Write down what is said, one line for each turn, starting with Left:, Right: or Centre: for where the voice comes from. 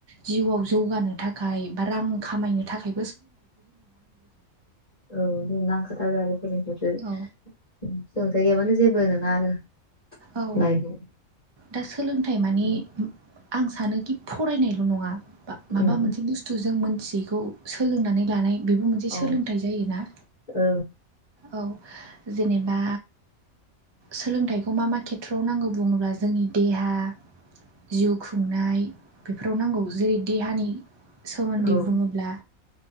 Right: जिउआव जौगानो थाखाय बा रां खामायनो थाखाय
Left: औ जों नां खोथाब आरो सोलोंथाइ
Right: औ
Left: गैयाबानो जेबो नङा आरो
Right: औ
Left: लाइफआव
Right: दा सोलोंथाइ मानि
Left: ओं
Right: आं सानोखि फरायनायल' नङा बा माबा
Left: ओं
Right: मोनसे बुस्थुजों सिखौ सोलोंनानै लानाय बेबो मोनसे
Left: औ
Right: सोलोंथाइ जायोना
Left: औ
Right: औ जेनेबा सोलोंथाइखौ मा मा खेथ्रआव नांगौ बुङोब्ला जोंनि देहा जिउ खुंनाय बेफोराव नांगौ जेरै देहानि सोमोन्दै
Left: औ
Right: बुङोब्ला